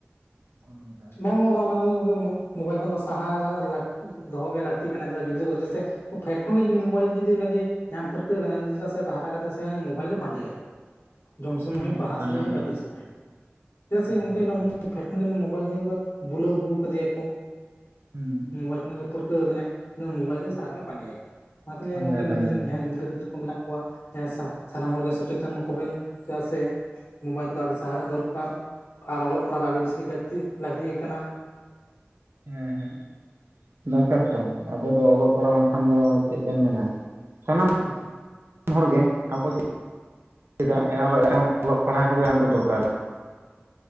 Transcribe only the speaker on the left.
ᱵᱟᱝ
ᱟᱫᱚ ᱚᱱᱟᱜᱮ ᱢᱚ ᱢᱳᱵᱟᱭᱤᱞ ᱠᱷᱚᱱ ᱫᱚ ᱥᱟᱦᱟ ᱞᱟᱼᱞᱟ ᱫᱚᱦᱚ ᱜᱮ ᱞᱟᱹᱠᱛᱤ ᱠᱟᱱᱟ ᱜᱤᱫᱽᱨᱟᱹ ᱠᱚᱫᱚ ᱪᱮᱫ ᱥᱮ ᱯᱷᱮᱰ ᱠᱷᱚᱱᱜ ᱜᱮ ᱡᱩᱫ ᱢᱳᱵᱟᱭᱤᱞ ᱡᱩᱫᱤ ᱚᱱᱟ ᱡᱮ ᱧᱟᱢ ᱯᱟᱹᱨᱠᱟᱹᱣ ᱠᱟᱱᱟ ᱪᱮᱫᱟᱜ ᱥᱮ ᱦᱟᱨᱟ ᱠᱟᱛᱮᱫ ᱥᱮ ᱢᱳᱵᱟᱭᱤᱞ ᱜᱮ ᱯᱟᱸᱡᱟᱭᱟ᱾ <inaudible> ᱡᱚᱢ ᱥᱚᱢᱚᱭ
ᱦᱚᱸ ᱯᱟᱲᱦᱟᱜ
ᱥᱚᱢᱚᱭ
ᱡᱟᱹᱯᱤᱫ ᱥᱚᱢᱚᱭ ᱦᱚ ᱪᱮᱫᱟᱜ ᱥᱮ
ᱜᱚᱝᱠᱮ ᱚᱱᱟ ᱯᱷᱮᱰ ᱯᱷᱳ ᱢᱳᱵᱟᱭᱤᱞ ᱡᱮ ᱵᱩᱞᱟᱹᱣ ᱟᱹᱜᱩ ᱟᱠᱟᱫᱮᱭᱟ ᱠᱚ
ᱢᱳᱵᱟᱭᱤᱞ ᱠᱷᱱᱟᱜ ᱜᱮ ᱯᱟᱹᱨᱠᱟᱹᱣ ᱠᱟᱱᱟᱭ ᱢᱚᱵᱟᱭᱤᱞ ᱜᱮ ᱥᱟᱨᱟ ᱠᱷᱚᱱ ᱯᱟᱸᱡᱟᱭᱟ᱾ᱚᱱᱟ ᱛᱮᱧ ᱞᱟᱹᱭ
ᱟ ᱜᱚᱝᱠᱮ
ᱱᱤᱡᱮᱨᱱ ᱡᱟᱦᱟᱸᱭ ᱜᱤᱫᱽᱨᱟᱹ ᱯᱤᱫᱽᱨᱟᱹ ᱢᱮᱱᱟᱜ ᱠᱚᱣᱟ ᱮᱸ ᱥᱟᱶ ᱥᱟᱱᱟᱢ ᱦᱚᱲ ᱜᱮ ᱥᱚᱪᱮᱛᱚᱱ ᱮᱢ ᱠᱚᱵᱮᱱ ᱪᱮᱫᱟᱜ ᱥᱮ ᱢᱳᱵᱟᱭᱤᱞ ᱠᱚᱫᱚ ᱟᱹᱰᱤ ᱥᱟᱦᱟᱨᱮ ᱫᱚᱨᱠᱟᱨ ᱟᱨ ᱚᱞᱚᱜ ᱯᱟᱲᱦᱟᱜ ᱫᱚ ᱟᱹᱰᱤ ᱵᱮᱥᱤ ᱜᱮ ᱡᱟᱹᱠᱛᱤ ᱞᱟᱹᱠᱛᱤ ᱠᱟᱱᱟ
<inaudible>
ᱦᱮᱸ